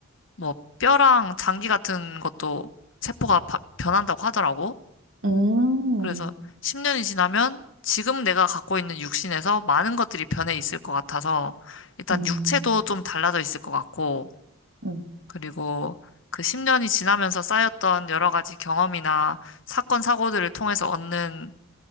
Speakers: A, on the left; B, on the right.
A: 뭐 뼈랑 장기 같은 것도 세포가 바- 변한다고 하더라고.
B: 음,
A: 그래서 10년이 지나면 지금 내가 갖고 있는 육신에서 많은 것들이 변해 있을 것 같아서 일단
B: 음,
A: 육체도 좀 달라져 있을 것 같고,
B: 음,
A: 그리고 그 10년이 지나면서 쌓였던 여러 가지 경험이나 사건, 사고들을 통해서 얻는